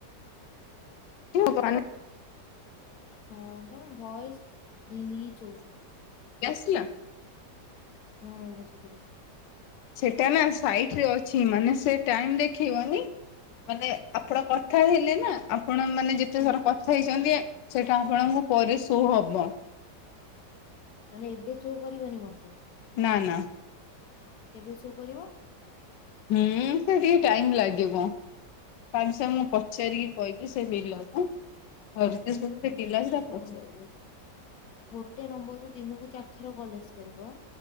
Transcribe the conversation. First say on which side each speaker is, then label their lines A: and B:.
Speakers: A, on the left; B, on the left.
A: ଇ ଭଗଵାନ
B: ହଁ ତମର ଭଏସ ଗ୍ଲିଚ ହଉଚି।
A: ଏ ଆସିଲା।
B: ହୁଁ ଏବେ ଶୁଭିଲା।
A: ସେଟା ନା ସାଇଟ ରେ ଅଛି ମାନେ ସେ ଟାଇମ ଦେଖେଇବନି। ମାନେ ଆପଣ କଥା ହେଲେ ନା ଆପଣ ମାନେ ଯେତେଥର
B: ହୁଁ
A: କଥା ହେଇଛନ୍ତି ସେଇଟା ଆପଣଙ୍କୁ ପରେ ଶୋ ହବ।
B: ମାନେ ଏବେ ସୋ କରିବନି ମତେ।
A: ନା ନା।
B: କେବେ ଶୋ କରିବ?
A: ହୁଁ ସେ ଟିକେ ଟାଇମ ଲାଗିବ ତା ବିଷୟରେ ମୁଁ ପଚାରିକି କହିବି ସେ ପିଲା ଟା ହଁ ସେ ସେଇଠୀ ଗୋଟେ ପିଲା
B: ଆଚ୍ଛା
A: ଅଛି ତାକୁ ପଚାରିବି।
B: ଗୋଟେ ନମ୍ବରରୁୁ ଦିନକୁ ଚାରି ଥର କଲ ଆସିପାରିବ?